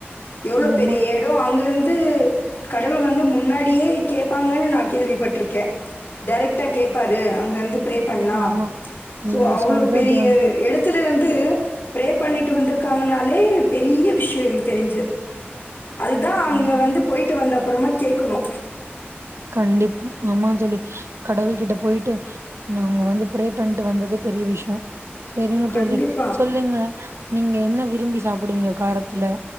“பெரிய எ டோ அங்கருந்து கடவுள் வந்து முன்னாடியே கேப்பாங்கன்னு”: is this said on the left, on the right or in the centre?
Left